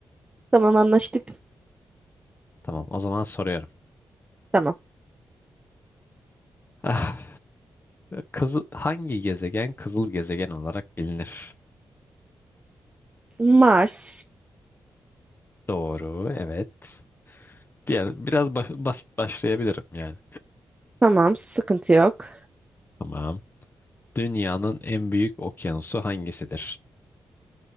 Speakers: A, on the right (about 20°); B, on the left (about 30°).
A: Tamam anlaştık.
B: Tamam. O zaman soruyorum.
A: Tamam.
B: Ah, kızı- hangi gezegen kızıl gezegen olarak bilinir?
A: Mars.
B: Doğru. Evet. Diğer biraz ba- basit başlayabilirim yani.
A: Tamam, sıkıntı yok.
B: Tamam. Dünyanın en büyük okyanusu hangisidir?